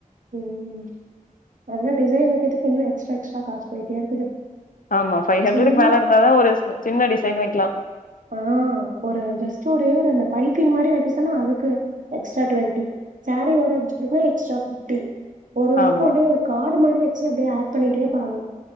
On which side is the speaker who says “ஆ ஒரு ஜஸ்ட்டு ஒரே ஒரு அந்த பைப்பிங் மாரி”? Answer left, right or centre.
Right